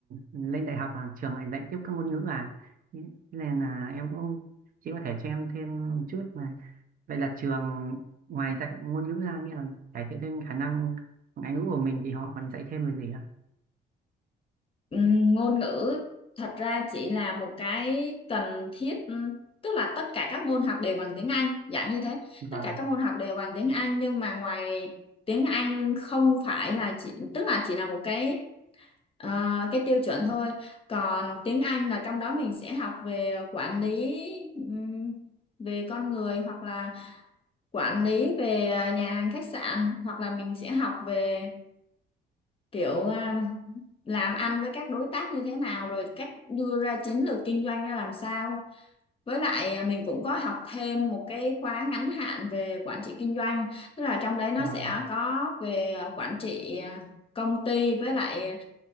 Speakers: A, on the right; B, on the left.
A: lên đại học là trường lại dạy tiếp các ngôn ngữ à. Thế Nên là em cũng chỉ có thể cho em thêm chút mà. Vậy là trường ngoài dạy ngôn ngữ ra nghĩa là cải thiện thêm khả năng ngoại ngữ của mình thì họ còn dạy thêm về gì ạ?
B: Ừm, ngôn ngữ thật ra chỉ là một cái cần thiết ừm, tức là tất cả các môn học đều bằng tiếng Anh dạng như thế
A: Vâng,
B: tất cả các môn học đều bằng tiếng Anh nhưng mà ngoài tiếng Anh không phải là chỉ tức là chỉ là một cái ờ, cái tiêu chuẩn thôi còn tiếng Anh là trong đó mình sẽ học về quản lý ừm, về con người hoặc là quản lý về à, nhà hàng khách sạn hoặc là mình sẽ học về kiểu à, làm ăn với các đối tác như thế nào rồi cách đưa ra chiến lược kinh doanh ra làm sao với lại à, mình cũng có học thêm một cái khóa ngắn hạn về quản trị kinh doanh tức là trong đấy nó
A: vâng,
B: sẽ có về à, quản trị à, công ty với lại